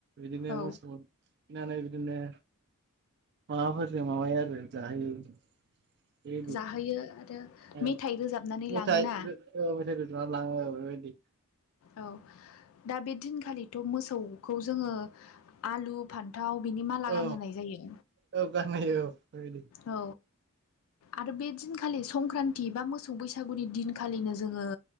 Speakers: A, on the right; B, on the left.
A: बिदिनो
B: औ
A: मोसौ फिनानै बिदिनो माबाफोरजों माबाया आरो जाहोयो। बेबायदि
B: जाहोयो आरो
A: औ
B: मेथाइ रोजाबनानै
A: मेथाइ
B: लाङोना
A: औ मेथाइ रोजाबना लाङो औ बेबायदि
B: औ दा बे दिनखालिथ' मोसौखौ जोङो आलु फान्थाव बिनि माला
A: औ
B: गानहोनाय जायो।
A: औ गानहोयो औ बेबायदि
B: औ आरो बे खालि संक्रान्ति बा मोसौ बैसागुनि दिनखालिनो जोङो